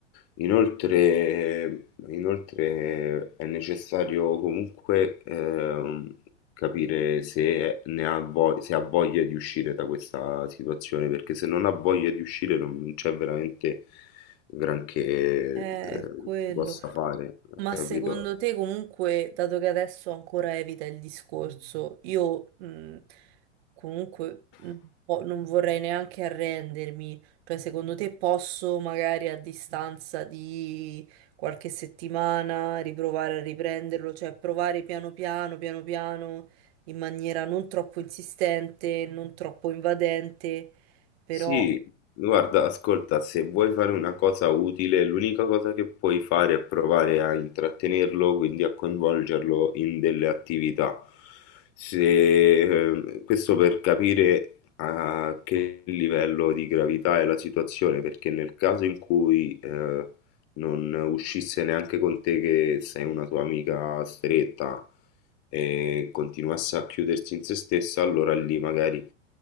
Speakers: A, on the left; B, on the right.
A: Inoltre, inoltre è necessario comunque ehm, capire se ne ha voglia, se ha voglia di uscire da questa situazione, perché se non ha voglia di uscire non c'è veramente granché
B: Eh,
A: eh,
B: è quello.
A: si possa fare,
B: Ma
A: capito?
B: secondo te comunque, dato che adesso ancora evita il discorso, io mh, comunque non po- non vorrei neanche arrendermi, cioè secondo te posso magari a distanza di qualche settimana riprovare a riprenderlo, cioè provare piano piano, piano piano, in maniera non troppo insistente, non troppo invadente, però
A: Sì, guarda, ascolta, se vuoi fare una cosa utile, l'unica cosa che puoi fare è provare a intrattenerlo, quindi a coinvolgerlo in delle attività. Se, eh, questo per capire a che livello di gravità è la situazione, perché nel caso in cui eh, non uscisse neanche con te che sei una tua amica stretta e continuasse a chiudersi in se stessa, allora lì magari